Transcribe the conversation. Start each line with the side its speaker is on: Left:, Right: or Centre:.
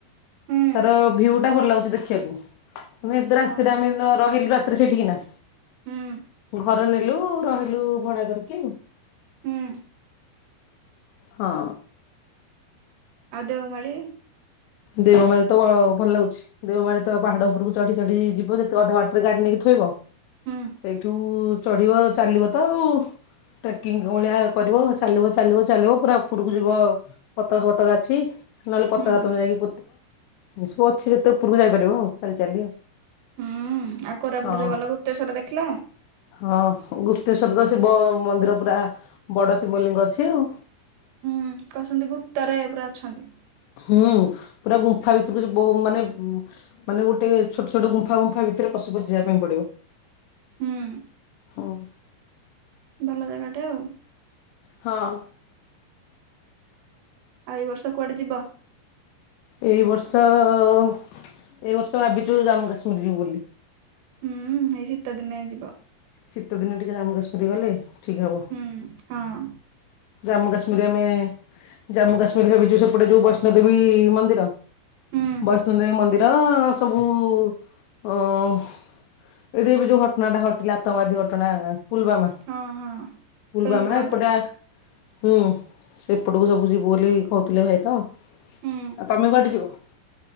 Right: ହୁଁ
Left: ତାର ଭିଉ ଟା ଭଲ ଲାଗୁଛି ଦେଖିବାକୁ ମାନେ ଏ ରାତିରେ
Right: ଓହୋ
Left: ଆମେ ରହିଲୁ। ସେଠିକ ନା
Right: ହୁଁ
Left: ଘର ନେଲୁ ରହିଲୁ ଭଡା କରିକୁ
Right: ହଁ।
Left: ହଁ।
Right: ଆଉ ଦେଓ ମଳିି।
Left: ଦେଓମାଳି ତ ଭଲ ଲାଗୁଛି ଦେଓମାଳୀ ତ ପାହାଡ ଉପରକୁ ଚଢି ଚଢି ଯିବ ସେତେ ଅଧାଘାଟରେ ଗାଡି ନେଇକି େଇବ
Right: ହୁଁ
Left: ସେଇଠୁ ଚଢିବ ଚାଲିବ ତ ଆଉ ଟ୍ରେକିଂ ଭଳିଆ କରିବ ଚାଲିବ ଚାଲିବ ଚାଲିବ ପୁରା ଉପରକୁ ଯିବ ପତକା ଫତକା ଅଛି। ନହେଲେ ପତାକା
Right: ହୁଁ
Left: ତମକୁ ଯାଇକି। ଏ ସବୁ ଅଛି ସେତେ ଉପରକୁ ଯାଇପାରିବ ଆଉ ଚାଲି ଚାଲି
Right: ହୁଁ କୋରାପୁଟ
Left: ଆଉ।
Right: ଯୋଉ ଗଲ ଗୁପ୍ତେଶ୍ୱର ଦେଖିଲ
Left: ହଁ ହଁୁ ସତେଶ୍ୱଵର ତ ଶିବ ମନ୍ଦିର ପୁରା ବଡ଼ ଶିବଲିଙ୍ଗ ଅଛି ଆଉ
Right: ହଁ କହୁଛନ୍ତି ଗୁପ୍ତରେ ଏ ପା ଅଛନ୍ତି
Left: ହୁଁ ପୁରା ଗୁମ୍ଫା ଭିତରକୁ ବହୁ ମାନେ ମାନେ ଗୋଟେ ଛୋଟ ଛୋଟ ଗୁମ୍ଫା ଗୁମ୍ଫା ଭିତରେ ପଶୁ ପଶି ଯିବା ପାଇଁ ପଡିବ
Right: ହୁଁ
Left: ହଁ
Right: ଭଲ ଜାଗାଟେ ଆଉ
Left: ହଁ
Right: ଆଉ ଏଇ ବର୍ଷ କୁଆଡେ ଯିବ
Left: ଏ ବର୍ଷ ଏଇ ବର୍ଷ ଭାବିଛୁ ଜାମ୍ମୁ କାଶ୍ମୀର ଯିବୁ ବୋଲି
Right: ହୁଁ ଏଇ ଶୀତ ଦିନେ ଯିବା
Left: ଶୀତଦିନ ଟିକେ ଜମ୍ମୁ କାଶ୍ମୀର ଗଲେ ଠିକ୍ ହବ
Right: ହୁଁ ହଁ
Left: ଜାମ୍ମୁ କାଶ୍ମୀରରେ ଆମେ ଜାମ୍ମୁ କାଶ୍ମୀର ଭିଛୁ ସେପଟେ ଯୋଉ ବୈଷ୍ଣୋଦେବୀ ମନ୍ଦିର
Right: ହୁଁ
Left: ବୈଷ୍ଣଦେବୀ ମନ୍ଦିର ସବୁ ଅ ଏଇଠି ଏବେ ଯୋଉ ଘଟଣା ଟା ଘଟିଲା। ଆତଙ୍କବାଦୀ ଘଟଣା ପୁଲବାାମା
Right: ହଁ ହଁ
Left: ପୁଲବାାମା
Right: ପେହେଲଗାଁରେ
Left: ଏପଟା ହୁଁ ସେ ପଟକୁ ସବୁ ଯିବୁ ବୋଲି କହୁଥିଲେ ଭାଇ ତ। ଆ
Right: ହୁଁ।
Left: ତମେ କୁଆଠେ ଯିବ?